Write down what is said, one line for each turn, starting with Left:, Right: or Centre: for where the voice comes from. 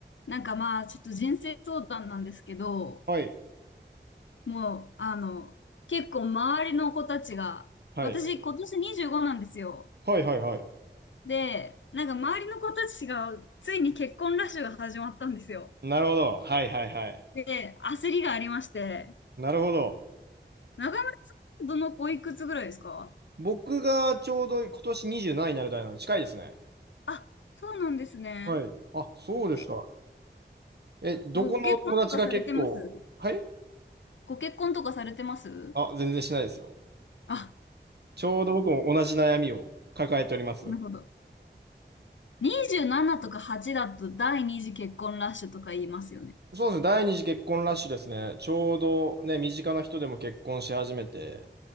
Left: なんかまあ、ちょっと人生相談なんですけど、
Right: はい、
Left: もう、あの、結構周りの子たちが、
Right: はい、
Left: 私今年25なんですよ。
Right: はい、はい、はい。
Left: で、なんか周りの子たちが、ついに結婚ラッシュが始まったんですよ。
Right: なるほど。はい、はい、はい。
Left: で、焦りがありまして、
Right: なるほど。
Left: 中村さん、どのおいくつぐらいですか
Right: 僕がちょうど今年27になる代なので近いですね。
Left: あ、そうなんですね。
Right: はい。あ、そうですか。
Left: え、
Right: え、どこの友達が結構、
Left: ご結婚とかされてます
Right: はい
Left: ご結婚とかされてます
Right: あ、全然しないですよ。
Left: あ、
Right: ちょうど僕も同じ悩みを抱えております。
Left: なるほど。27とか8だと第二次結婚ラッシュとか言いますよね。
Right: そうですね。第二次結婚ラッシュですね。ちょうどね、身近な人でも結婚し始めて、